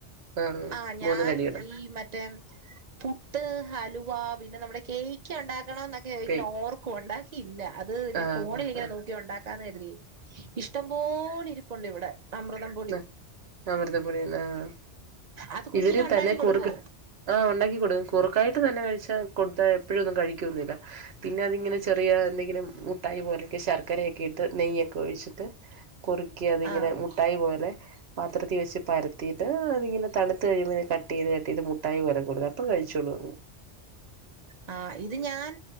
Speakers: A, on the right; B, on the right.
A: ആഹ്
B: ആ ഞാൻ
A: മൂന്ന് കടികട
B: ഈ മറ്റേ പുട്ട് ഹലുവ പിന്നെ നമ്മുടെ കേക്ക് ഉണ്ടാക്കണം എന്നൊക്ക ഇങ്ങനെ
A: കേക്ക്
B: ഓർക്കും ഉണ്ടാക്കിയില്ല അത് ഞാൻ
A: ആഹ്
B: ഫോണിൽ
A: ആഹ് ആഹ്
B: ഇങ്ങനെ നോക്കിയ ഉണ്ടാക്കാന്ന് കരുതി ഇഷ്ടം പോലെ ഇരിപ്പണ്ട് ഇവിടെ അമ്മൃതം
A: ആ അവമൃത് പെടിന്ന ആ
B: അത് കുഞ്ഞിന്
A: ഇവരും
B: ഉണ്ടാക്കി
A: തന്നെ
B: കൊടുക്കുവോ
A: കുറക്ക് ആഹ ഉണ്ടാക്കി കൊടുക്കും കുറുക്കായിട്ട് തന്നെ കഴിച്ചാ കൊടുത്താ എപ്പോഴൊന്നും കഴിക്കന്നില്ല പിന്നെ അതിങ്ങനെ ചെറിയ എന്തെങ്കിലും മുട്ടായി പോലെയൊക്കെ ശർക്കരയൊക്കെ ഇട്ട് നെയ്യൊക്കെ ഒഴിച്ചിട്ട് കുറുക്കി അതിങ്ങനെ
B: ആ
A: മുട്ടായി പോല്ലെ പാത്രത്തിൽ വെച്ച് പരത്തിയിട്ട് അതിങ്ങനെ തണുത്ത് കഴിയുമ്പന് കട്ട് ചെയ്ത് കട്ട് മുട്ടായി പോലെ കൊടുക്കാം ഇപ്പം കഴിച്ചോള് അത്
B: ആ ഇത് ഞാൻ